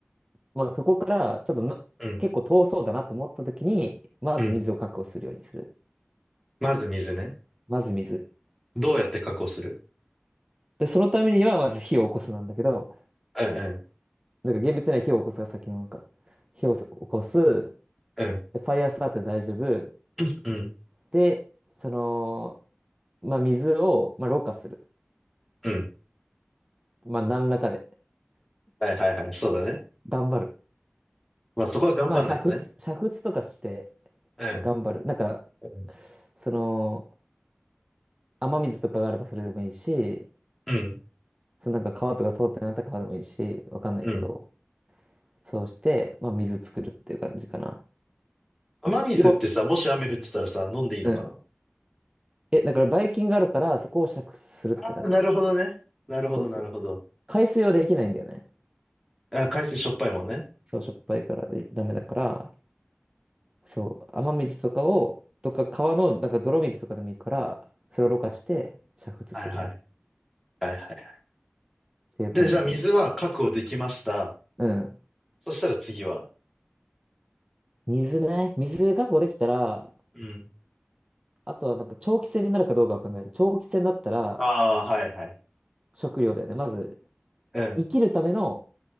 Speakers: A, on the right; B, in the centre.
A: まあ、そこからちょっとな結構遠そうだなと思った時に、
B: うん。
A: まず水を確保するようにする。
B: うん。まず水ね。
A: まず水。
B: どうやって確保する
A: で、そのためには、まず火を起こすなんだけど、
B: うんうん。
A: なんか厳密には火を起こすが先のなんか、火を起こす、
B: うん。
A: でファイアースタートで大丈夫。
B: うん。
A: で、その、まあ、水を、まあ、ろ過する。
B: うん。
A: まあ、何らかで、
B: はいはいはい。そうだね。
A: 頑張る。
B: まあそこは頑張んないとね。
A: まあ、煮沸、煮沸とかして
B: うん。
A: 頑張る。なんか、
B: うん。
A: その、雨水とかがあればそれでもいいし、
B: うん。
A: そのなんか川とか通ってなかったら川でもいいし、わかんないけど、
B: うん。
A: そうして、まあ、水作るっていう感じかな。
B: 雨水ってさ、
A: よ、
B: もし雨降ってたらさ、飲んでいいのかな
A: うん。え、だから、ばい菌があるから、そこを煮沸するって感じ。
B: あなるほどね。なるほど、
A: そうそう。
B: なるほど。
A: 海水はできないんだよね。
B: あ、海水しょっぱいもんね。
A: そう、しょっぱいからえダメだから、そう、雨水とかを、とか川のなんか泥水とかでもいいから、それをろ過して煮沸するみたいな、
B: はいはい。はいはい。
A: っていう感じかな。
B: で、じゃあ水は確保できました。
A: うん。
B: そしたら次は。
A: 水ね。水確保できたら、
B: うん。
A: あとはなんか長期戦になるかどうかを考える。長期戦だったら、
B: ああ、はいはい。
A: 食料だよね。まず、
B: うん。
A: 生きるための